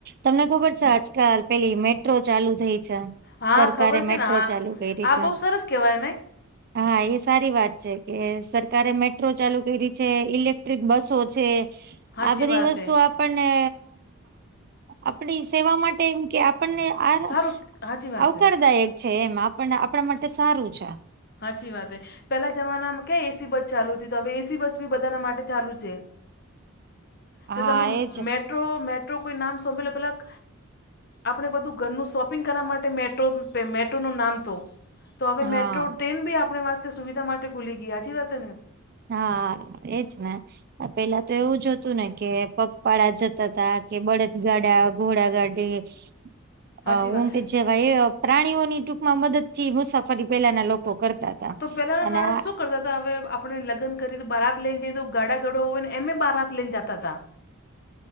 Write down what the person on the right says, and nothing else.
તમને ખબર છે આજકાલ પેલી મેટ્રો ચાલુ થઈ છે?
સરકારે
મેટ્રો
ચાલુ કરી
છે.
હા એ સારી વાત છે કે સરકારે મે મેટ્રો ચાલુ કરી છે ઇલેક્ટ્રિક બસો છે
આ બધી
વસ્તુ
આપન ને આપણી સેવા માટે એમ કે આપણને આ
આવકારદાયક
છે એમ આપણને આપણા માટે સારું છે.
<inaudible>
હા
એજ
હા
હા એજ ને પેલા તો એવું જ હતું ને કે પગપાળા જતા હતા કે બળદગાડા. ઘોડા ગાડી
અ
ઊંટ જેવા એ પ્રાણીઓની ટૂંકમાં મદદથી મુસાફરી પેલાના લોકો કરતા હતા.
અને
આ